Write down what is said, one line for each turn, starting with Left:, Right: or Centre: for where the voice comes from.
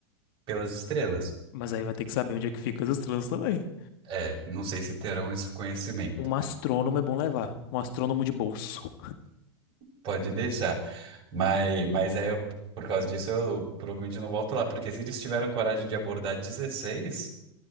Right: pelas estrelas.
Left: Mas aí vai ter que saber onde é que ficam as estrelas também.
Right: É, não sei se terão esse conhecimento.
Left: Um astrônomo é bom levar. Um astrônomo de bolso. <laughs>
Right: Pode deixar. Mas, mas é, eu- por causa disso, eu provavelmente não volto lá, porque se eles tiveram coragem de abordar 16,